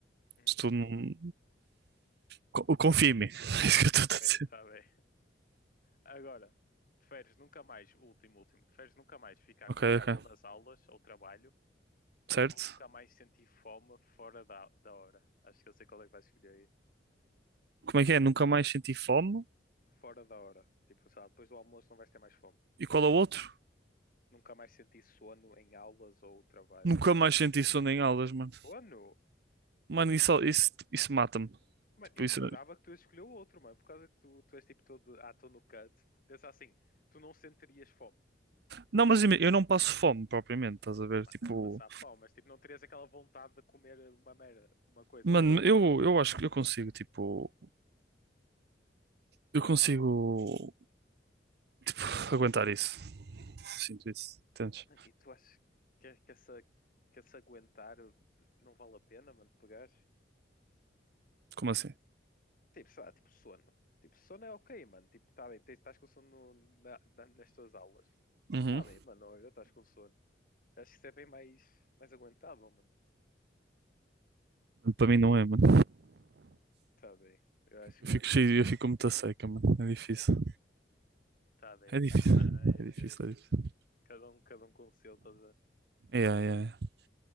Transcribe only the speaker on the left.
Hum.
Ok,
está bem. Agora, preferes nunca mais, último, último, preferes nunca mais ficar
com sono
nas aulas ou trabalho
ou nunca mais sentir fome fora da, da hora? Acho que eu sei qual é que vais escolher aí.
Fora da hora. Tipo, sei lá, depois do almoço não vais ter mais fome.
Nunca mais sentir sono em aulas ou trabalho.
Sono?
Mano,
eu
jurava que tu ias escolher o outro, mano, por causa que tu, tu és tipo todo, ah, estou no cut. Pensa assim, tu não sentirias fome.
Mano,
não é passar fome, mas tipo, não terias aquela vontade de comer uma merda, uma coisa,
toda
Mano, E tu achas que, é- que, essa, que essa aguentar não vale a pena, mano, pegar?
Tipo, sei lá, tipo sono. Tipo, sono é ok, mano. Tipo, tá bem, tens- estás com sono no- na- na- nas tuas aulas.
Tipo, tá bem, mano, olha, estás com sono. Acho que isso é bem mais, mais aguentável, mano.
Tá bem, eu acho
que
tá bem,
mas,
mano, é
justo.
Cada um, cada um com o seu, tá a